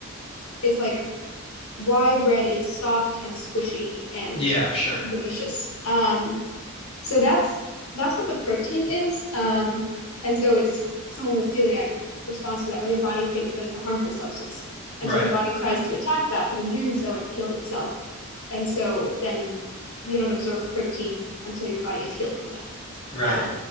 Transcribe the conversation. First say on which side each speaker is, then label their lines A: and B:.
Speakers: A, on the left; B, on the left.
A: it's like why bread is soft and squishy and
B: Yeah, sure.
A: delicious. Um, so that's that's what the protein is. Um, and so it's someone with celiac responds to that where their body thinks that it's a harmful substance. And
B: Right.
A: so their body tries to attack that, but in doing so it kills itself. And so then you don't absorb protein until your body is healed from that.
B: Right.
A: Uh,